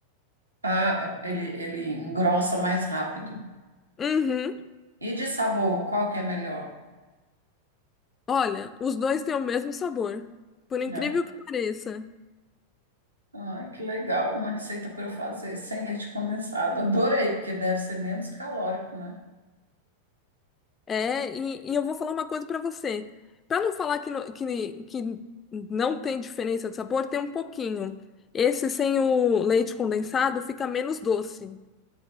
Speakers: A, on the right; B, on the left.
A: Ah, é- ele, ele engrossa mais rápido.
B: Uhum.
A: E de sabor, qual que é melhor?
B: Olha, os dois têm o mesmo sabor. Por incrível
A: né?
B: que pareça.
A: Ai, que legal, uma receita para eu fazer sem leite condensado. Adorei, porque deve ser menos calórico, né?
B: É, e, e eu vou falar uma coisa pra você. Pra não falar que, no- que, que não tem diferença de sabor, tem um pouquinho. Esse sem o leite condensado fica menos doce.